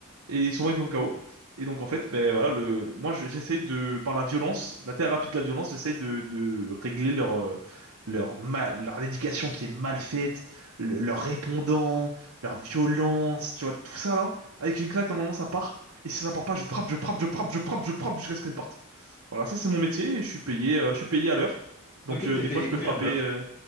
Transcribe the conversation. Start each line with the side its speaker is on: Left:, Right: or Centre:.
Right: Et son bras, il tombe KO. Et donc, en fait, ben voilà, le, moi, je- j'essaye de, par la violence, la thérapie de la violence, j'essaye de, de régler leur, euh, leur ma- leur éducation qui est mal faite, le- leur répondant, leur violence, tu vois, tout ça là. Avec une claque, normalement, ça part. Et si ça part pas, je frappe, je frappe, je frappe, je frappe, je frappe jusqu'à ce qu'elle parte. Voilà, ça c'est mon métier et je suis payé, euh, je suis payé à l'heure. Donc
Left: Ok,
Right: euh,
Left: t'es
Right: des
Left: payé
Right: fois je
Left: combien
Right: peux frapper,
Left: de l'heure?
Right: euh,